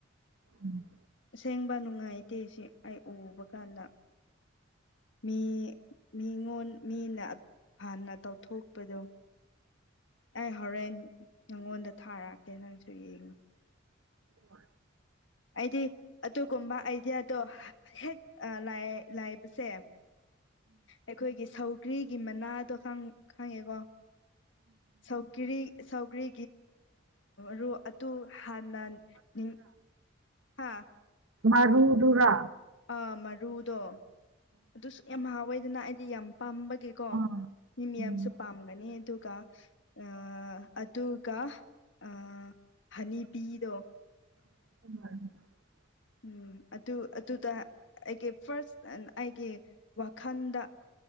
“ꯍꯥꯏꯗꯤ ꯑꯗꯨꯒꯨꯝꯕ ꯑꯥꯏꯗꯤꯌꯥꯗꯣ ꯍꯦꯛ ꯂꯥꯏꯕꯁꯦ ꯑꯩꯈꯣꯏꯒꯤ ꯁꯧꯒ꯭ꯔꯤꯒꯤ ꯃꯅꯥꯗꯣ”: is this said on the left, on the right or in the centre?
Left